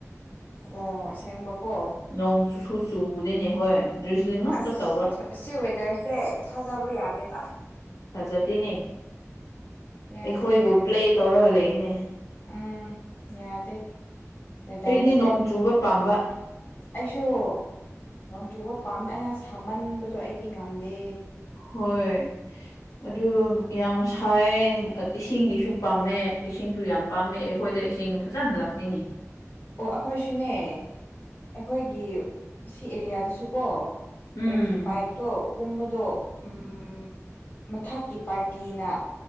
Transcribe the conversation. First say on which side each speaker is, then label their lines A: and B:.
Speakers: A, on the left; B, on the left.
A: ꯑꯣ ꯑꯁꯦꯡꯕꯀꯣ
B: ꯅꯣꯡꯨ ꯁꯨ ꯆꯨꯗꯣꯏꯅꯦ ꯍꯣꯏ ꯗ꯭ꯔꯤꯖꯂꯤꯡ ꯉꯛꯇ
A: ꯑꯁ
B: ꯇꯧꯕ
A: ꯁꯤ ꯋꯦꯗꯔꯁꯦ ꯊꯥꯖꯕ ꯌꯥꯗꯦꯗ
B: ꯊꯥꯖꯗꯅꯦ
A: ꯌꯥꯗꯦ
B: ꯑꯩꯈꯣꯏꯕꯨ
A: ꯌꯥꯗꯦ
B: ꯄ꯭ꯂꯦ ꯇꯧꯔꯒ ꯂꯩꯏꯅꯦ
A: ꯎꯝ ꯌꯥꯗꯦ ꯋꯦꯗꯔꯁꯦ
B: ꯑꯩꯗꯤ ꯅꯣꯡ ꯆꯨꯕ ꯄꯥꯝꯕ
A: ꯑꯩꯁꯨ ꯅꯣꯡꯖꯨꯕ ꯄꯥꯝꯃꯦ ꯑꯩꯅ ꯁꯥꯃꯟꯕꯗꯣ ꯑꯩꯗꯤ ꯉꯝꯗꯦ
B: ꯍꯣꯏ ꯑꯗꯨ ꯌꯥꯝ ꯁꯥꯏ ꯏꯁꯤꯡꯒꯤꯁꯨ ꯄꯥꯝꯃꯦ ꯏꯁꯤꯡꯁꯨ ꯌꯥꯝ ꯄꯥꯝꯃꯦ ꯑꯩꯈꯣꯏꯗ ꯏꯁꯤꯡ ꯐꯖꯅ ꯂꯥꯛꯇꯣꯏꯅꯦ
A: ꯑꯣ ꯑꯩꯈꯣꯏꯁꯨꯅꯦ ꯑꯩꯈꯣꯏꯒꯤ ꯁꯤ ꯑꯦꯔꯤꯌꯥꯗꯨꯁꯨꯀꯣ
B: ꯎꯝ
A: ꯇꯣꯇꯤ ꯄꯥꯏꯞꯇꯣ ꯀꯨꯝꯕꯗꯣ ꯎꯝ ꯃꯊꯛꯀꯤ ꯄꯥꯔꯇꯤꯅ